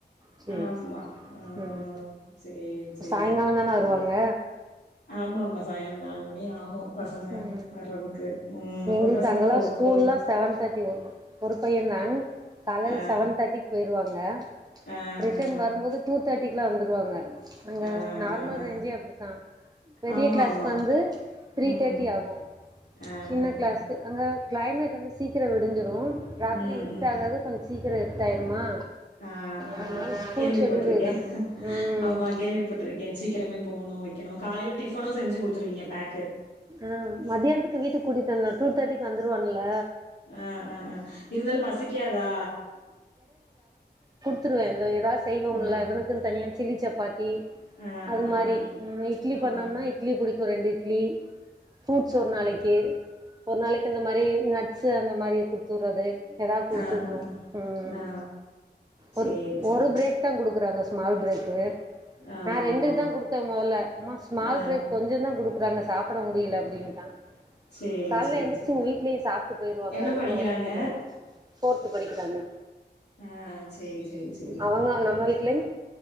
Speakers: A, on the right; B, on the left.
A: சேரி
B: ஆமா ஆஹ்
A: ம்
B: சேரி சேரி
A: சாயங்கால தான வருவாங்க
B: ஆமா ஆமா சாயங்காலம் நாலு மணி ஆகும் பசங்க
A: உம்
B: வர்றதுக்கு. ம் உங்க
A: எங்களுக்கு
B: பசங்க
A: அங்கெல்லாம்
B: ஒ
A: ஸ்கூல்லல்லாம்
B: ஒ
A: செவன் தேர்ட்டி வரும் ம் ஒரு பையன் தான் காலையில
B: ஆ
A: செவன் தேர்ட்டிக்கு போய்டுவாங்க
B: ஆ
A: ரிட்டர்ன்
B: ஆ ஆ
A: வரும்போது டூ தேர்ட்டிக்கு குலாம் வந்துருவாங்க அங்க
B: ஆ
A: நார்மல்
B: ஆ ஆ.
A: ரேஞ்சே அப்படித்தான் பெரிய
B: ஆமா,
A: கிளாஸ்க்கு
B: ஆமா.
A: வந்து த்ரீ
B: ம்.
A: தேர்ட்டி ஆகும்
B: ஆ
A: சின்ன
B: ஆ
A: கிளாஸ்க்கு
B: ஆ.
A: அங்க கிளைமேட் வந்து சீக்கிரம் விடிஞ்சு ரும் ராத்திரி
B: ம்,
A: இருட்ட ஆகாது கொஞ்ச சீக்கிரம் இருட்டாயிருமா
B: ஆஹ் ஆஹ்ஹ்
A: அதனால ஸ்கூல்
B: கேள்விப்பட்டிருக்கே
A: ஷெடியூல் இதா ம்
B: ஆமா கேள்விப்பட்டிருக்கே சீக்கிரம போகணு வைக்கனு காலையில டிபனும் செஞ்சு கொடுத்துருவீங்க பேக்கு
A: ஆஹ் மதியானத்துக்கு வீட்டுக்கு கூட்டிட்டுந்தேன் டூ தேர்ட்டிக்கு வந்துருவான்னுல
B: ஆஹ் ஆஹ் ஆஹ் இருந்தாலும் பசிக்காதா
A: ஒரு இழய எடுத் செய்வொம்ல
B: ஆ
A: இவனுக்குன் தனியா சில்லி சப்பாத்தி
B: ஆ
A: அது
B: ஆ
A: மாதிரி
B: ஆ
A: இட்லி
B: ஆ ஆ
A: பண்ணம்னா இட்லி பிடிக்கும் ரெண்டு இட் இட்லி ஃப்ரூட்ஸ் ஒரு நாளைக்கு ஒரு நாளைக்கு இந்த மாதிரி ஸ்புருட்ஸ் அந்த மாதிரி கொடுத்துட்றது எதாவது குடுத்து
B: ஆ ஆ
A: குடுத்துவிட்ருவேன்
B: ஆ
A: உம்
B: ஆ சேரி
A: ஒரு
B: சேரி
A: ஒரு பிரேக் தான் குடுக்குறாங்க ஸ் ஸ்மால் ப்ரேக்கு
B: ஆமா
A: நான் ரெண்டு
B: ஆமா
A: தான் கொடுத்தேன் முதல்லமா ஸ்மால்
B: ஆ
A: பிரேக் கொஞ்சா தான் குடு குதாங்க சாப் சாப்பட முடியலை அப்படின்ட்டா
B: சேரி
A: கால்ல
B: சேரி
A: எந்திரிச்சுங்க
B: சேரி
A: வீட்டுலேயே சாப்ட்டு போயிருவாங்க
B: என்ன
A: அதனால
B: படிக்கிறாங்க
A: ஒண்ணு தெரியாது போ படிக்கிறாங்க
B: ஆஹ் செரி செரி செரி
A: அவங்க நம்ம வீட்லயும்